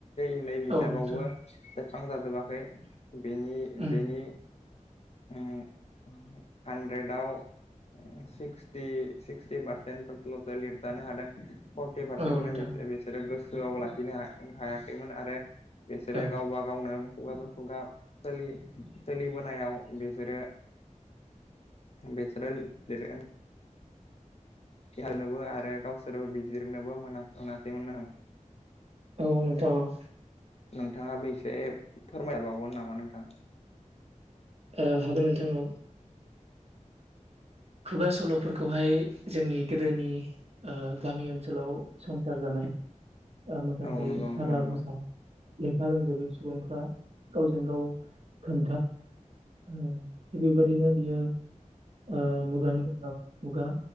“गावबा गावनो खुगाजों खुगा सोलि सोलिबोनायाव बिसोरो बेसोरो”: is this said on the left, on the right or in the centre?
Left